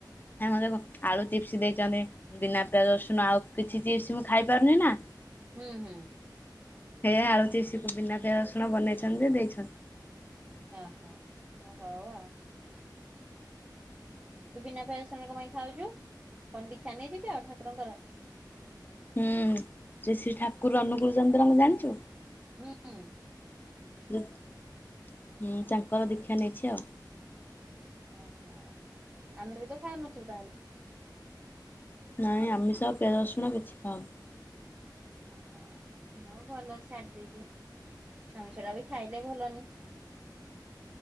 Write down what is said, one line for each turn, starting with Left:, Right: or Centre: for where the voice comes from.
Left: ହେମଦେବ ଆଳୁ ଚିପ୍ସ୍ ଦେଇଚନ୍ତି ବିନା ପିଆଜ, ରସୁଣ ଆଉ କିଛି ଚିପ୍ସ୍ ମୁଁ ଖାଇ ପାରୁନି ନା
Right: ହୁଁ ହୁଁ।
Left: ହେ ଆଳୁ ଚିପ୍ସ୍ କୁ ବିନା ପିଆଜ, ରସୁଣ ବନେଇଛନ୍ତି ଦେଇଛ
Right: ୟହ ହଉ ଆଉ। ତୁ ବିନା ପିଆଜ, ରସୁଣ ଙ୍କ ପାଇଁ ଖାଉଚୁ ଙ୍କ ଦୀକ୍ଷା ନେଇଛୁ କି ଆଉ ଠାକୁରଙ୍କର?
Left: ହୁଁ ଯିଏ ସିଏ ଠାକୁର ଅନୁକୁଲ୍ ଚନ୍ଦ୍ରଙ୍କୁ ଜାଣିଛୁ?
Right: ହୁଁ <unintelligible>
Left: ଜତ୍ ହୁଁ ତାଙ୍କର ଦୀକ୍ଷା ନେଇଛି ଆଉ।
Right: ଓହୋ ଆମେ ବି ତ ଖାଉନଥିବୁ ତାହେଲେ।
Left: ନାଇଁ ଆମିସ ପିଆଜ, ରସୁଣ କିଛି ଖାଉନୁ।
Right: ଓହୋ ହଉ ଭଲ ଛାଡ଼ିଦେଇଛୁ ଆମୁଛଡ଼ା ବି ଖାଇଲେ ଭଲନି।